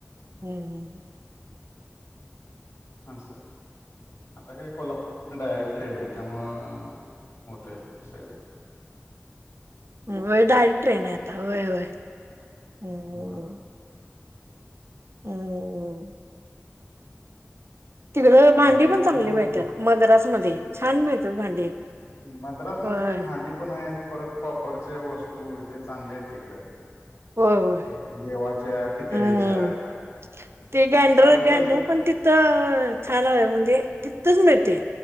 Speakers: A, on the right; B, on the left.
A: हम् हम्.
B: अस. आता काय कोल्हापूर डायरेक्ट ट्रेन आहे त्यामूळ होतय सगळ.
A: वय डायरेक्ट ट्रेन हाय आता होय होय. हम्म
B: होय.
A: हम्म,, तिकडं भांडी
B: बाकी आणि
A: पण चांगली
B: कुठली
A: मिळतात
B: कुठली
A: मद्रास मध्ये छान मिळतात भांडी.
B: मद्रास मध्ये
A: होय
B: भांडी पण आहेत. परत कॉपरचे वस्तू ते चांगले आहेत तिकडे.
A: होय होय.
B: देवाच्या. पितळेच्या
A: हम्म ते गँडर,
B: साऊथलाच
A: गँडर पण तिथ त छानाय म्हणजे तिथंच मिळते